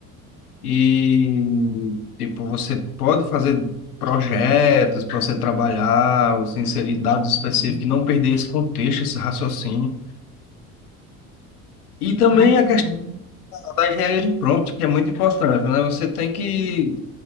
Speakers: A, on the left (about 80°); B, on the left (about 50°).
A: e, tipo, você pode fazer projetos para você trabalhar, você inserir dados específicos, e não perder esse contexto, esse raciocínio. E também
B: Ah, que
A: a questão
B: legal.
A: da engenharia de prompt, que é muito importante, né? Você tem que